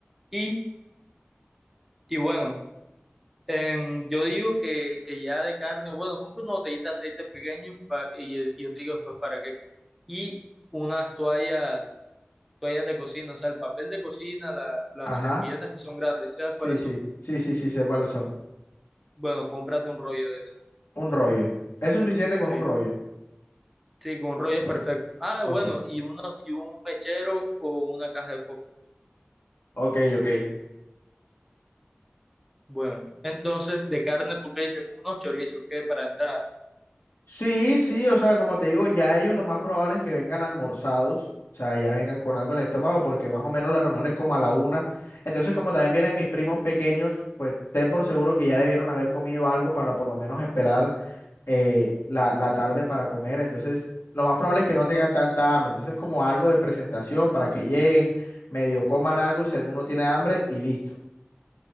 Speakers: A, in the centre; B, on the left (about 80°).
A: Y, y bueno, em, yo digo que, que ya de carne, bueno, compra una botellita de aceite pequeño pa- y, y yo te digo después para qué. Y unas toallas, toallas de cocina, o sea, el papel de cocina, la- las
B: Ajá.
A: servilletas que son grandes, ¿sabes
B: Sí,
A: cuáles
B: sí.
A: son?
B: Sí, sí, sí, sé cuáles son.
A: Bueno, cómprate un rollo de eso.
B: Un rollo. Es suficiente con
A: Sí.
B: un rollo.
A: Sí, con un rollo es perfecto. Ah,
B: Ok,
A: bueno, y, uno, y un mechero o una caja de fósforos.
B: ok, ok.
A: Bueno, entonces de carne, ¿tú qué dices? Como unos chorizos, ¿qué? Para entrar.
B: Sí, sí, o sea, como te digo, ya ellos lo más probable es que vengan almorzados, o sea, ya vengan con algo en el estómago, porque más o menos la reunión es como a la una. Entonces, como también vienen mis primos pequeños, pues ten por seguro que ya debieron haber comido algo para por lo menos esperar eh, la, la tarde para comer. Entonces, lo más probable es que no tengan tanta hambre. Entonces, como algo de presentación para que lleguen, medio coman algo si alguno tiene hambre y listo.